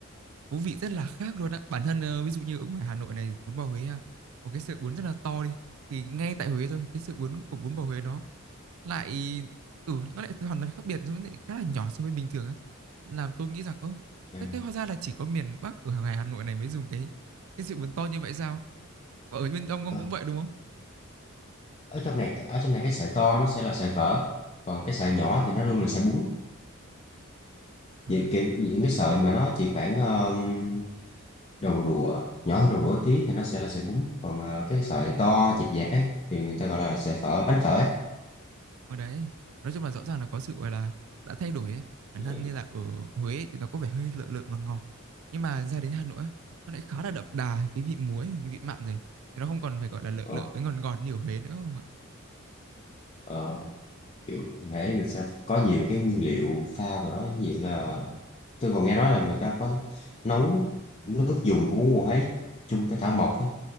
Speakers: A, on the right; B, on the left.
A: thú vị rất là khác luôn á bản thân ờ, ví dụ như ở ngoài Hà Nội này bún bò Huế á, có cái sợi bún rất là to đi thì ngay tại Huế thôi cái sợi bún của bún bò Huế nó lại ừ nó lại hoàn toàn khác biệt nó lại khá là nhỏ so với bình thường á làm tôi nghĩ rằng ơ
B: À,
A: thế, thế hóa ra là chỉ có miền Bắc ở ngoài Hà Nội này mới dùng cái cái sự bún to như vậy sao Và ở bên ông ông
B: ờ.
A: cũng vậy đúng không
B: ở trong này ở trong này cái sợi to nó sẽ là sợi phở còn cái sợi nhỏ thì nó luôn là sợi bún
A: à
B: Vậy kiểu những cái sợi mà nó chỉ khoảng um, đầu đũa nhỏ hơn đầu đũa tí thì nó sẽ là sợi bún còn ờ, cái sợi to dẹp dẹp ấy thì người ta gọi là sợi phở bánh phở ấy
A: ở đấy nói chung là rõ ràng là có sự gọi là đã thay đổi ấy bản
B: Ừ.
A: thân như là ở Huế thì nó có vẻ hơi lợ lợ ngọt ngọt nhưng mà ra đến Hà Nội á nó lại khá là đậm đà cái vị muối cái vị mặn rồi thì nó không còn phải gọi là lợ
B: ờ,
A: lợ với ngọt ngọt như ở Huế nữa không ạ
B: ờ, kiểu thế mình sẽ có nhiều cái nguyên liệu pha vào đó ví dụ là tôi còn nghe nói là người ta có nấu nước dùng của bún bò ấy chung với thảo mộc á.